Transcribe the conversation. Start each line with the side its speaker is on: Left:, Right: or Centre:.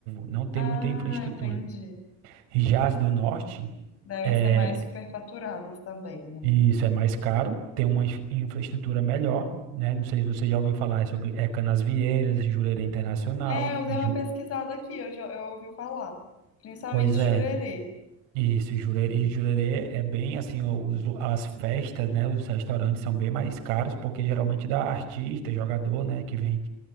Right: não tem
Left: Ah,
Right: muita infraestrutura.
Left: entendi.
Right: Já as do norte,
Left: Devem
Right: é,
Left: ser mais superfaturadas também, né?
Right: isso é mais caro, tem uma inf- infraestrutura melhor, né? Não sei se você já ouviu falar é sobre é Canasvieiras, Jurerê Internacional.
Left: É, eu dei
Right: Ju-
Left: uma pesquisada aqui, eu já eu ouvi falar. Principalmente
Right: pois é.
Left: Jurerê.
Right: Isso, Jurerê, e Jurerê é bem assim, o- os, lu- as festas, né, os restaurantes são bem mais caros, porque geralmente dá artista, jogador, né, que vem